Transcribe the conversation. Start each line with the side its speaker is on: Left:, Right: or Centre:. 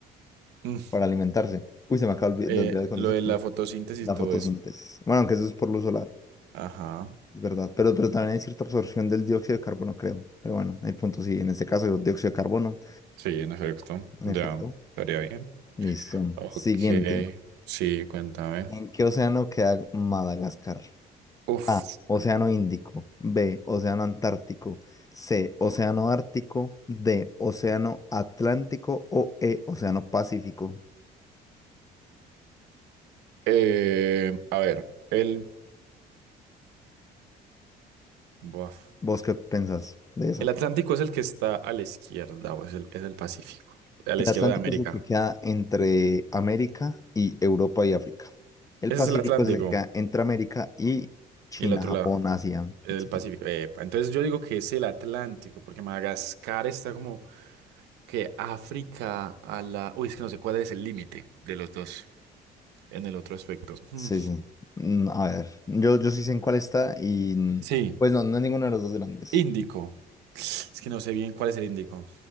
Right: Mm,
Left: Para alimentarse. Uy, se me acaba olvi-
Right: eh,
Left: de olvidar el concepto.
Right: lo de la fotosíntesis
Left: La
Right: y todo
Left: fotosíntesis.
Right: eso.
Left: Bueno, aunque eso es por luz solar,
Right: Ajá.
Left: es verdad. Pero, pero también hay cierta absorción del dióxido de carbono, creo. Pero bueno, el punto sí. En este caso, el dióxido de carbono.
Right: Sí, en efecto.
Left: En
Right: Ya,
Left: efecto.
Right: estaría bien.
Left: Listo.
Right: Ok,
Left: Siguiente.
Right: sí, cuéntame.
Left: ¿En qué océano queda Madagascar?
Right: Uf.
Left: A. Océano Índico. B. Océano Antártico. C. Océano Ártico. D. Océano Atlántico. O E. Océano Pacífico.
Right: Eh, a ver, el, Buaf.
Left: ¿Vos qué pensás de eso?
Right: El Atlántico es el que está a la izquierda o es el, es el Pacífico. A la
Left: El
Right: izquierda
Left: Atlántico
Right: de América.
Left: es el que queda entre América y Europa y África. El
Right: Ese
Left: Pacífico
Right: es el Atlántico.
Left: es el que queda entre América y China,
Right: Y el otro
Left: Japón,
Right: lado,
Left: Asia,
Right: el
Left: etc.
Right: Pacífico. Epa, entonces yo digo que es el Atlántico, porque Madagascar está como que África a la... Uy, es que no sé cuál es el límite de los dos en el otro aspecto. Mm,
Left: Sí, sí. Mm, A ver, yo, yo sí sé en cuál está y mm,
Right: Sí,
Left: pues no, no es ninguno de los dos grandes.
Right: Índico. Es que no sé bien cuál es el Índico.